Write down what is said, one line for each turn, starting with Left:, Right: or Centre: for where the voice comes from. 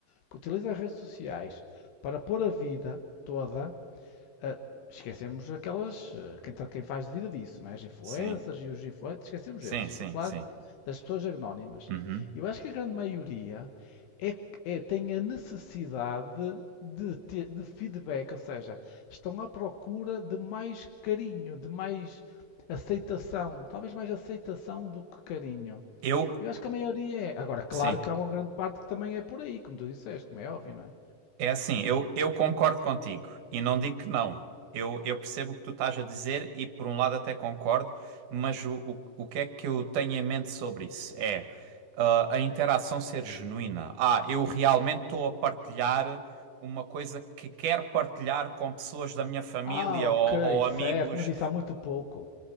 Left: que utilizam as redes sociais para pôr a vida toda ah, esquecemos aquelas. ah, Quem, tá- quem faz de vida disso, não é? As influencers
Right: sim,
Left: e os influencers. Esquecemos
Right: sim,
Left: esses. Estou
Right: sim,
Left: a falar
Right: sim.
Left: das pessoas anónimas.
Right: Uhum.
Left: Eu acho que a grande maioria é, que- é- tem a necessidade de, ter, de feedback, ou seja, estão à procura de mais carinho, de mais aceitação. Talvez mais aceitação do que carinho.
Right: Eu,
Left: Eu acho que a maioria é. Agora, claro
Right: sim.
Left: que há uma grande parte que também é por aí, como tu disseste, como é óbvio, não é?
Right: É assim, eu, eu concordo contigo e não digo que não. Eu, eu percebo o que tu estás a dizer e por um lado até concordo, mas o, o, o que é que eu tenho em mente sobre isso? É ah, a interação ser genuína. Ah, eu realmente estou a partilhar uma coisa que quero partilhar com pessoas da minha família
Left: Ah, ok,
Right: ou, ou amigos
Left: certo, mas isso há muito pouco.